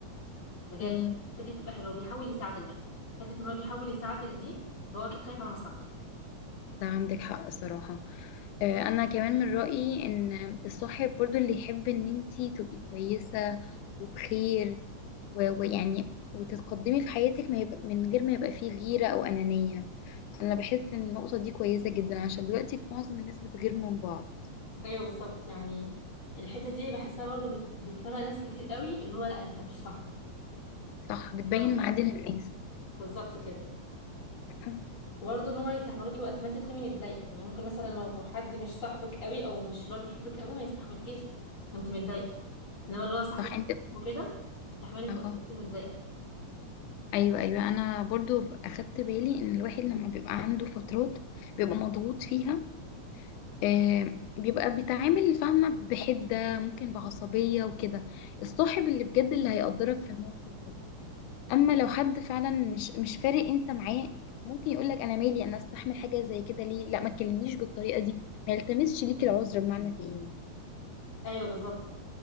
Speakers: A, on the left; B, on the left.
A: بجد
B: اوكي
A: الحته دي بتبقى حلوه بيحاول يساعدك بقى حته ان هو بيحاول يساعدك دي يبقى هو اكيد خايف على مصلحتك
B: ده عندك حق صراحة آه، انا كمان من رأيي ان الصاحب برضو اللي يحب ان انتي تبقي كويسة وبخير و- ويعني وتتقدمي في حياتك ما يبقى من غير ما يبقى فيه غيرة او انانية انا بحس ان النقطة دي كويسة جدا عشان دلوقتي معظم الناس بتغير من بعض
A: ايوه بالظبط يعني الحته دي بحسها برضه بت... بتفرق ناس كتير قوي اللي هو لا انت مش صاحبي
B: صح بتبين
A: ده بالحته
B: معادن
A: دي
B: الناس
A: بالظبط كده
B: <clears throat>
A: وبرضه ان هما يستحملوكي وقت ما انت تكوني متضايقه يعني ممكن مثلا لو حد مش صاحبك قوي او مش اللي هو بيحبك قوي ما يستحملكيش وانت متضايقه انما اللي هو صاحبك
B: صح انت
A: وكده يستحملك
B: اهو
A: وقت ما تكوني متضايقه
B: ايوه ايوه انا برضو اخدت بالي ان الواحد لما بيبقى عنده فترات بيبقى مضغوط فيها آه، بيبقى بيتعامل فاهمة بحدة ممكن بعصبية وكده الصاحب اللي بجد اللي هيقدرك في الموقف ده أما لو حد فعلا مش مش فارق أنت معاه ممكن يقولك أنا مالي أنا أستحمل حاجة زي كده ليه لا ما تكلمنيش بالطريقة دي ما يلتمسش ليك العذر بمعنى تاني
A: ايوه بالظبط